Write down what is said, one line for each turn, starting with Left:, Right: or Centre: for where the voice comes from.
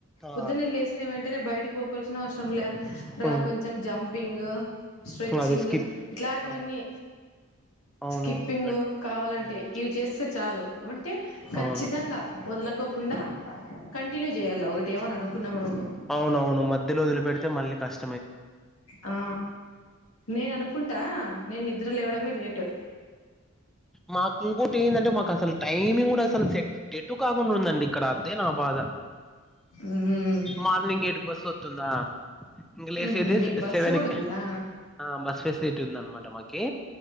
Centre: ఆ
Left: పొద్దునే లేసి వెంటనే బయటికి పోకోల్సిన అవసరంలా రా
Centre: ఉమ్,
Left: కొంచెం జం పింగ్ స్ట్రెచింగ్
Centre: అదే స్కిప్
Left: ఇట్లాంటివన్నీ
Centre: ఆ, అవునవును
Left: స్కిప్పింగ్
Centre: బట్
Left: కావాలంటే
Centre: ఉమ్,
Left: ఇవి చేస్తే చాలు అంటే ఖచ్చితంగా
Centre: అవును
Left: వదలుకోకుండా కంటిన్యూ చేయల్ల ఒకటి ఏమన్న అనుకున్నాం అనుకో
Centre: అవునవును మధ్యలో వదిలి పెడితే మళ్ళీ కష్
Left: ఆ నేను అనుకుంటా నేను నిద్ర లేవడమే లేటు
Centre: మాకు ఇంకోటి ఏంటంటే మాకు అసలు టైమింగ్ కూడా అసలు సె ఎటు కాకుండా ఉందండి ఇక్కడ అదే నా బాధ
Left: మ్మ్
Centre: మార్నింగ్ ఎయిట్ బస్ వత్తుందా ఇంగ లేసేదే
Left: మ్హూ మీకు
Centre: సె
Left: బస్సు
Centre: సెవెన్కి
Left: కూడా ఉందా
Centre: ఆ బస్ ఫెసిలిటీ ఉందనమాట మాకి